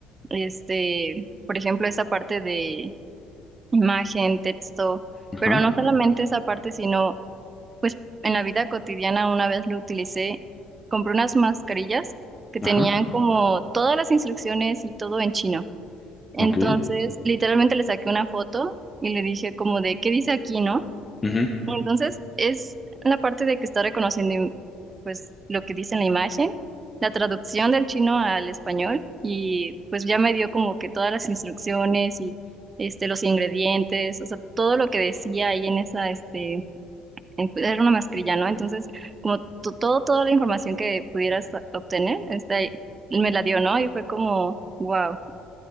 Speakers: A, on the right; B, on the left.
A: este, por ejemplo, esta parte de imagen, texto,
B: Ajá,
A: pero no solamente esa parte, sino, pues, en la vida cotidiana una vez lo utilicé, compré unas mascarillas que tenían
B: ajá,
A: como todas las instrucciones y todo en chino. Entonces,
B: ok.
A: literalmente le saqué una foto y le dije como de, ¿qué dice aquí, no?
B: Ujú,
A: Y Entonces, es la parte de que está reconociendo im- pues lo que dice en la imagen, la traducción del chino al español y pues ya me dio como que todas las instrucciones y este los ingredientes, o sea, todo lo que decía ahí en esa este en- pues, era una mascarilla, ¿no? Entonces, como to- todo toda la información que pudieras obtener, está ahí, me la dio, ¿no? Y fue como wow,